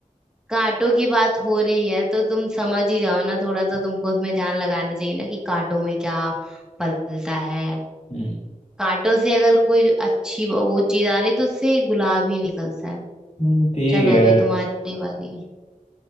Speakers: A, in the centre; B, on the left (about 60°).
A: कांटों की बात हो रही है तो तुम समझ ही जाओ ना थोड़ा तो तुमको उसमें ध्यान लगाना चाहिए ना कि कांटों में क्या पलता है
B: हम्म
A: कांटों से अगर कोई अच्छी वो चीज आ रही तो उससे गुलाब ही निकलता है
B: हम्म, ठीक
A: चलो
B: है
A: अभी तुम्हारी बारी है।